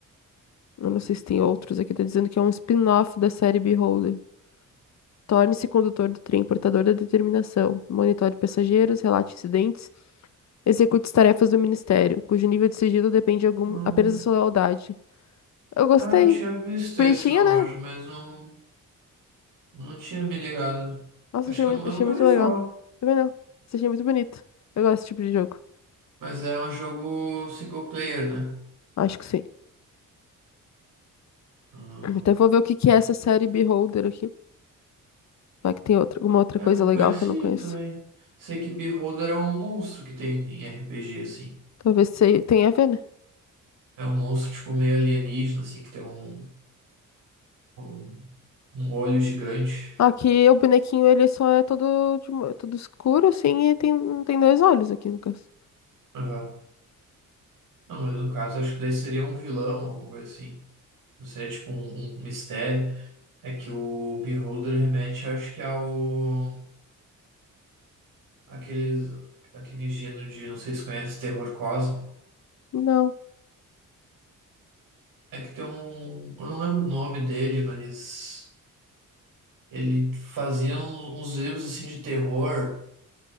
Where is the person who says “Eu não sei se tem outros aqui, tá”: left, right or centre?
Left